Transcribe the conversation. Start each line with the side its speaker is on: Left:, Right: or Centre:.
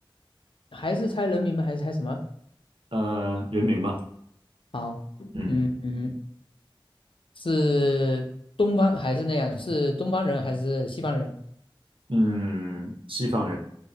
Left: 还是猜人名吗？还是猜什么？
Right: 呃，人名吧，
Left: 好，
Right: 嗯
Left: 嗯嗯，是东方还是那样的？是东方人还是西方人？
Right: 嗯，西方人，